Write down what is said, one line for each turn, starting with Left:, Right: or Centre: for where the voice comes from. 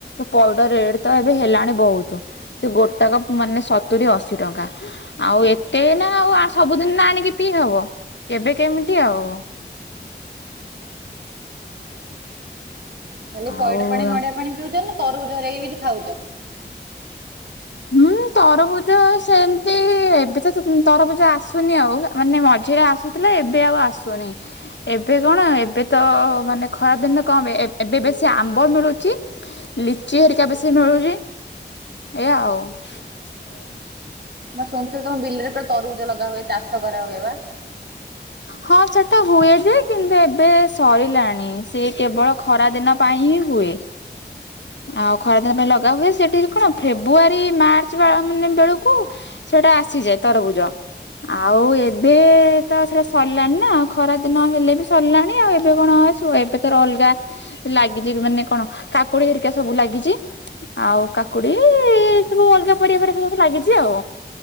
Left: ପଇଡ ରେଟ ତ ଏବେ ହେଲାଣି ବହୁତ। ସେ ଗୋଟାକ, ମାନେ ସତୁରି, ଅଶୀ ଟଙ୍କା। ଆଉ ଏତେ ନା, ଆଉ' ସବୁଦିନ ନା, ଆଣିକି ପିଇ ହବ, କେବେ କେମିତି ଆଉ।
Right: ଖାଲି ପଇଡ
Left: ଆଉ
Right: ପାଣି, ନଡିଆ ପାଣି, ପିଉଛ ନା ତରଭୁ ତରାଇ ବୁଜି ଖାଉଛ।
Left: ହୁଁ, ତରଭୁଜ ସେମ୍ ତି, ଏବେ ତ ତରଭୁଜ ଆସୁନି ଆଉ, ମାନେ ମଝିରେ ଆସୁଥିଲା, ଏବେ ଆଉ ଆସୁନି। ଏବେ କଣ, ଏବେ ତ ମାନେ, ଖରା ଦିନରେ କଣ, ଏବ୍ ଏ ଏବେ ବେଶୀ ଆମ୍ବ ମିଳୁଛି। ଲିଚି, ହେରିକା ବେଶୀ ମିଳୁଛି। ଏ ଆଉ। <inaudible>
Right: ମୁଁ, ଶୁଣିଥିଲି ତମ ବିଲରେ କଣ, ତରଭୁଜ ଲଗା ହୁଏ? ଚାଷ କରାହୁଏ ବା?
Left: ହଁ, ସେଟା ହୁଏ ଯେ କିନ୍ତୁ ଏବେ ସରିଲାଣି। ସେ କେବଳ ଖରା ଦିନ ପାଇଁ, ହିଁ ହୁଏ। ଆଉ' ଖରାଦିନ ପାଇଁ ଲଗା ହୁଏ। ସେଠିକି କଣ, ଫେବୁଆରୀ, ମାର୍ଚ୍ଚ ମା- ମାନେ ବେଳକୁ ସେଇଟା ଆସିଯାଏ ତରଭୁଜ। ଆଉ'ଏବେ ତ ସେଟା ସରିଲାଣି, ନା। ଖରା ଦିନ ହେଲେ ବି, ସରିଲାଣି। ଆଉ' ଏବେ କଣ ଅଛି, ଏବେ ତ ଅଲଗା ଲାଗିଯିବ। ମାନେ କଣ, କାକୁଡି ହେରି କା, ସବୁ ଲାଗିଛି। ଆଉ କାକୁଡି, ସବୁ ଅଲଗା ପରିବା, ଫରିବା ସବୁ ଲାଗିଛି। ଆଉ,